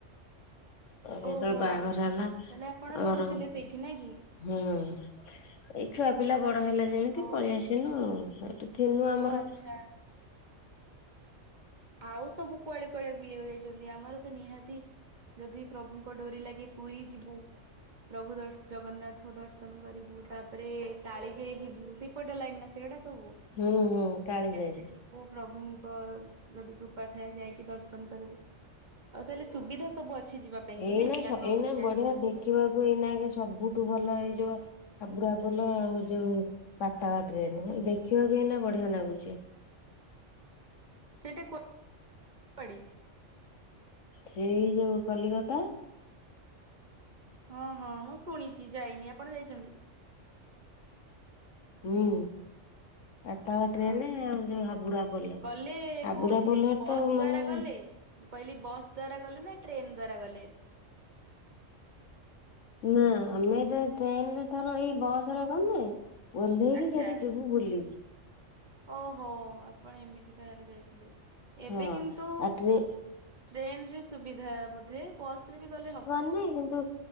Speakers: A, on the left; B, on the right.
A: ଯେତେବେଳ
B: ଓହୋ
A: ବାହାଘର ହେଲା
B: ତାହେଲେ ଆପଣ
A: ଆମର।
B: ରହୁଥିଲେ ସେଇଠି ନା କି
A: ହୁଁ ଏଇ ଛୁଆ ପିଲା ବଡ ହେଲା ଯେମିତି
B: ଓହୋ
A: ପଳେଇଆସନୁ ଆଉ ଏଠି। ଥୀନୁ ଆମର
B: ଓ ଆଚ୍ଛା ଆଉ ସବୁ କୁଆଡେ କୁଆଡେ ବୁଲିବାକୁ ଯାଇଛନ୍ତି? ଆମର ତ ନିହାତି ଯଦି ପ୍ରଭୁଙ୍କ ଡୋରି ଲାଗେ ପୁରୀ ଯିବୁ। ପ୍ରଭୁ ଜଗନ୍ନାଥଙ୍କୁ ଦର୍ଶନ କରିବୁ ତାପରେ କାଳିଜାଈ ଯାଇ ଯିବୁ ସେଇ- ସେପଟ ଲାଇନ ନା ସେଗୁଡା ସବୁ
A: ହୁଁ ହୁଁ କାଳିଜାଇ।
B: ଏକାଥରେ ଯିବୁ ପ୍ରଭୁଙ୍କ। ଯଦି କୃପା ଥାଏ ଯାଇକି ଦର୍ଶନ କରିବୁ ଆଉ ତାହେଲେ ସୁବିଧା ସବୁ ଅଛି ଯିବା ପାଇଁ କି
A: ଏଇନା
B: ନାଇଁ କି ଆଗ
A: ଏଇନା
B: ଅପେକ୍ଷା।
A: ବଢିଆ ଦେଖିବାକୁ ଏଇନା ସବୁଠୁ ଭଲ ଏଇ ଯୋଉ ହାବୁଡା ପୋଲ ଆଉ ଯୋଉ ପାତାଳ ଟ୍ରେନ୍ ଦେଖିବାକୁ ଏଇନେ ବଢିଆ ଲାଗୁଛି।
B: ସେଇଟା କୋଉ ଆଡେ?
A: ସେଇ ଯୋଉ କଲିକତା।
B: ହଁ ହଁ ମୁଁ ଶୁଣିଛି ଯାଇନି ଆପଣ ଯାଇଛନ୍ତି?
A: ହୁଁ। ପାତାଳ
B: ଅ
A: ଟ୍ରେନ ଆଉ ଯୋଉ ହାବୁଡାପୋଲ
B: ଗଲେ
A: ହାବୁଡାପୋଲର
B: କୋଉଥିରେ ବସ୍
A: ତ
B: ଦ୍ଵାରା
A: ମାନେ।
B: ଗଲେ? ମୁଁ କହିଲି ବସ୍ ଦ୍ଵାରା ଗଲେ ନା ଟ୍ରେନ ଦ୍ଵାରା ଗଲେ?
A: ନା ଆମେ ଏ ଟ୍ରେନରେ ଥର ଏଇ ବସ ରେ ଗଲେେ ଓହ୍ଲେଇକି
B: ଆଚ୍ଛା।
A: ସେଠି ଯିବୁ। ବୁଲିବି।
B: ଓହୋ ଆପଣ ଏମିତି ତାହେଲେ ଯାଇଥିଲେ
A: ହଁ
B: ଏବେ କିନ୍ତୁ
A: ଆଉ ଟ୍ରେ
B: ଟ୍ରେନ ରେ ସୁବିଧା ବୋଧେ ବସ୍ ରେ ବି ଗଲେ ହବ।
A: ନାଇଁ କିନ୍ତୁ